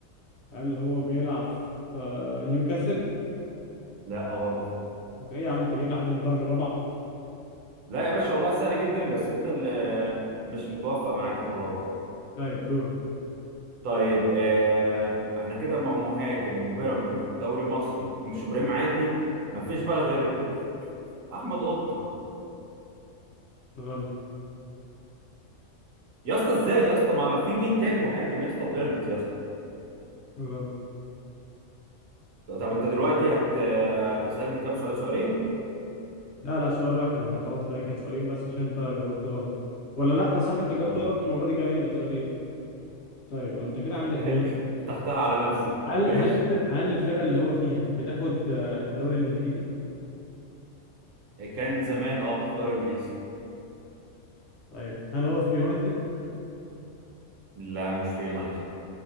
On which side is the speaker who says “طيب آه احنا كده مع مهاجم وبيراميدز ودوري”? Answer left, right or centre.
Right